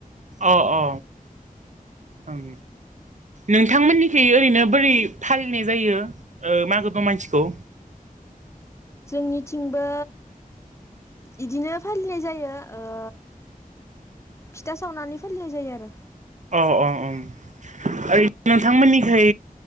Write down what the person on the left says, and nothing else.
जोंनिथिंबो इदिनो फालिनाय जायो ओ फिथा सावनानै फालिनाय जायो आरो